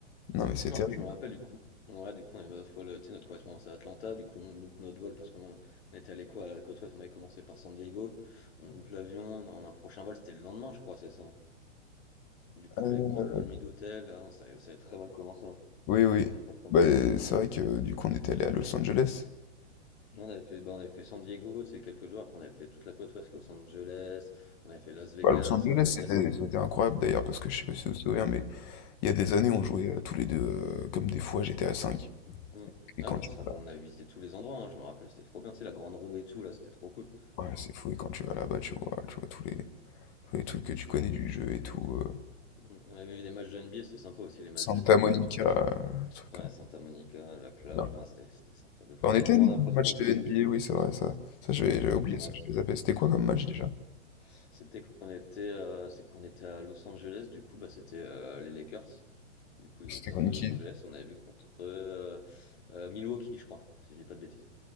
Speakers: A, on the left (about 30°); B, on the left (about 55°).
A: Non, mais c'est
B: En
A: terrible.
B: plus, je me rappelle du coup, on ouais, du coup, on avait notre vol, euh, tu sais, notre correspondance à Atlanta, du coup, on loupe notre vol parce qu'on on était allé quoi à la côte ouest, on avait commencé par San Diego, on loupe l'avion, on a un prochain vol, c'était le lendemain, je crois, c'est ça. hein. Du coup,
A: Euh,
B: fallait qu'on trouve une nuit d'hôtel, ah non, ça, avait- ça avait très mal commencé, hein.
A: oui, oui.
B: Ça avait très très
A: Bah,
B: mal.
A: c'est vrai que du coup, on était allé à Los Angeles.
B: Là, on avait fait, bah, on avait fait San Diego, tu sais, quelques jours, après on avait fait toute la côte ouest, Los Angeles, on avait fait Las Vegas,
A: Bah, Los Angeles,
B: à Las
A: c'était
B: Vegas, c'était.
A: c'était incroyable d'ailleurs, parce que je sais pas si vous vous souvenez, mais il y a des années, on jouait euh, tous les deux euh, comme des fous à GTA V.
B: Mm.
A: Et
B: Ah,
A: quand
B: on
A: tu
B: se rappelle,
A: vas
B: on avait visité tous les endroits, hein, je me rappelle, c'était trop bien, tu sais, la grande roue et tout, là, c'était trop cool.
A: là- ouais, c'est fou, et quand tu vas là-bas, tu vois, tu vois tous les, tous les trucs que tu connais du jeu et tout. euh,
B: Mm. On avait vu des matchs de NBA, c'était sympa aussi les matchs
A: Santa
B: de NBA
A: Monica,
B: par
A: euh, des trucs
B: Ouais,
A: comme
B: Santa Monica, la plage,
A: ça.
B: non, c'était c'était sympa. De fou.
A: On
B: On avait-
A: était
B: on
A: allé
B: a l'impression
A: voir un match
B: qu'on
A: de
B: connaissait.
A: NBA, oui, c'est vrai, ça. Ça, j'avais
B: ouais,
A: j'avais oublié
B: on
A: ça,
B: a...
A: je les avais. C'était quoi comme match
B: ouais.
A: déjà?
B: C'était qu'on était, euh, c'est qu'on était à Los Angeles, du coup, bah, c'était euh, les Lakers. Du coup, les
A: C'était
B: Lakers
A: contre
B: de Los
A: qui?
B: Angeles, on avait vu contre euh, euh, Milwaukee, je crois, si je dis pas de bêtises.